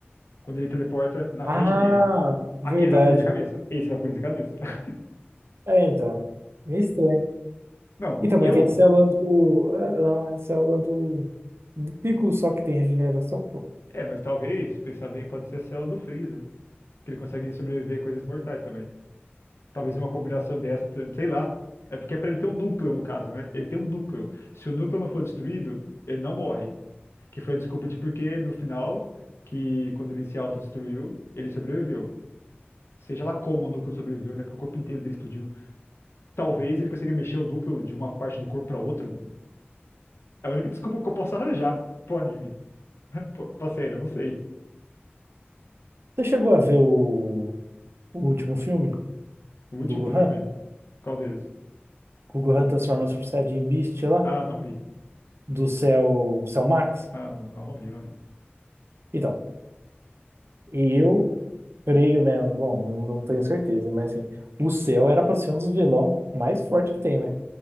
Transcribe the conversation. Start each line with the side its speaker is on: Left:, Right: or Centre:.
Left: Quando ele teleporta na
Right: Ah,
Left: frente dele.
Right: verdade.
Left: Aquele vaporiza a cabeça. Esse vaporiza a cabeça. <laughs>
Right: É, então. Meio estranho.
Left: Não,
Right: Então, mas
Left: eu.
Right: tem a
Left: go-
Right: célula do. é, Não, é a célula do. Do Piccolo só que tem regeneração, pô.
Left: É, mas talvez, pensar bem, pode ser a célula do Freeza. Que ele consegue sobreviver a coisas mortais também. Talvez uma combinação dessa, t- sei lá. É porque é pra ele ter um núcleo, no caso, né? Ele tem um núcleo. Se o núcleo não for destruído, ele não morre. que foi a desculpa de por que no final, que quando ele se autodestruiu, ele sobreviveu. Seja lá como o núcleo sobreviveu, né? Porque o corpo inteiro dele explodiu. Talvez ele consiga mexer o núcleo de uma parte do corpo pra outra. É a única desculpa que eu posso arranjar pro anime. <laughs> Pô, Pra sério, eu não sei.
Right: Você chegou a ver o, o último filme
Left: O último
Right: do Gohan?
Left: filme? Qual deles?
Right: Que O Gohan transforma o Super Saiyajin Beast lá?
Left: Ah, não vi.
Right: Do Cell, Cell Max?
Left: Ah, não, não, não vi, não vi.
Right: Então, eu creio, né? Bom, não, não tenho certeza, mas assim. O Cell era pra ser um dos vilão mais forte que tem, né?